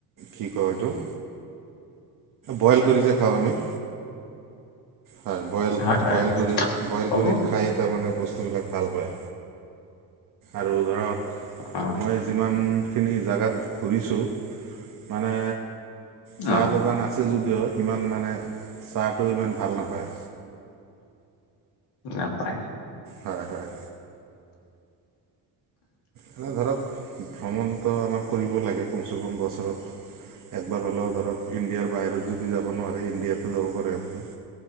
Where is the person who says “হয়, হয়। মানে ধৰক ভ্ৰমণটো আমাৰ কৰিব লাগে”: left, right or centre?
Right